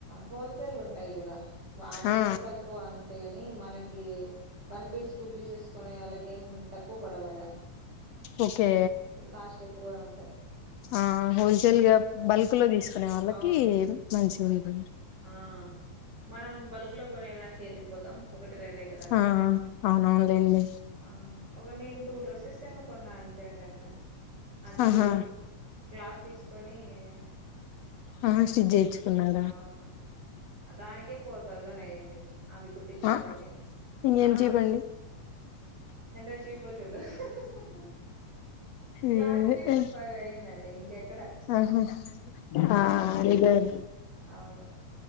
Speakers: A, on the right (about 35°); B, on the left (about 75°).
A: హోల్సేల్ ఉంటాయి కదా వాటికైతే
B: ఆ
A: తక్కువ అంతే మనకి వన్ పీస్ టూ పీసెస్ కొనే వాళ్ళకి ఏం తక్కువ పడవాడ
B: ఓకే
A: కాస్ట్ ఎక్కువే ఉంటాయి
B: ఆ హోల్ ల్గా బల్క్ లో తీసుకునే వాళ్ళకి
A: అవును
B: మంచి ఉ
A: ఆ మనం బల్క్ లో కొనేదానికి ఎందుకు పోతాం ఒకటి రెండే కదా
B: అ అవునవునులేండి
A: ఆ ఒక నేను టూ డ్రెస్సెస్ ఏమోకొన్నా అంతే అండి అక్కడ అది
B: ఆహా
A: క్లాత్ తీసుకొని అే <unintelligible>
B: ఆ స్టిచ్ జేయిచుకున్నారు
A: అవును దానికే ఫోర్ థౌజండ్ అయ్యింది ఆది కుట్టిచ్చే
B: ఆ
A: సరికి
B: ఇంకేం
A: ఆ
B: చీప్ అండి
A: ఎంత చీప్ చూడు హ హ హ హ క్లాత్కే
B: ఇదే
A: టూ ఫైవ్ అయిందండి ఇంక ఎ
B: ఆహా ఆ ఇద <unintelligible>
A: అవును